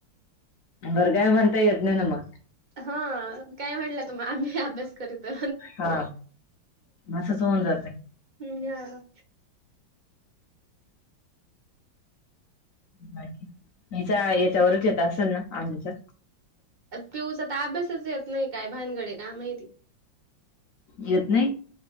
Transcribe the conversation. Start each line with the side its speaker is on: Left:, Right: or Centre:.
Left: घर कााय म्हणता येत नाही न मग.
Right: हा काय म्हटलं का मग आम्ही अभ्यास. करता
Left: हा असंच होऊन जातय
Right: म्ह् ह.
Left: बा याचा याच्यावरच येत असेल ना आजच्या.
Right: पीऊस आता अभ्यासच येत नाही काय भानगडे काय माहिती.
Left: घेत नाही.